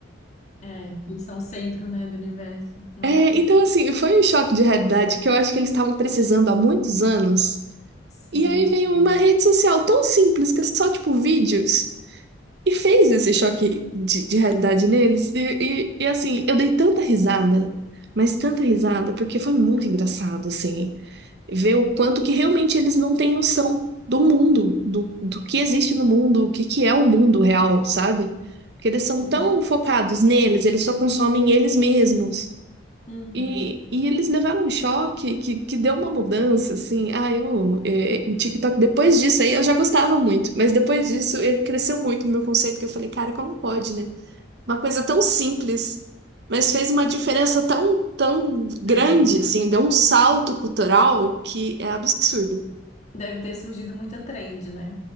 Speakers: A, on the left; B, on the right.
A: É, eles são o centro, né, do universo. Nossa.
B: É, então, assim, foi um choque de realidade que eu acho que eles estavam precisando há muitos anos.
A: Sim,
B: E aí
A: sim.
B: veio uma rede social tão simples, que é só, tipo, vídeos. E fez esse choque de, de realidade neles. E, e, e, assim, eu dei tanta risada, mas tanta risada, porque foi muito engraçado, assim, ver o quanto que realmente eles não têm noção do mundo, do, do que existe no mundo, o que, que é o mundo real, sabe? Porque eles são
A: Sim.
B: tão focados neles, eles só consomem eles mesmos.
A: Uhum.
B: E, e eles levaram um choque que, que deu uma mudança, assim. Ah, eu amo. É, o TikTok, depois disso aí, eu já gostava muito, mas depois disso ele cresceu muito no meu conceito, que eu falei, cara, como pode, né? Uma coisa tão simples, mas fez uma diferença tão, tão grande,
A: É.
B: assim, deu um salto cultural que é absurdo.
A: Deve ter surgido muita trend, né?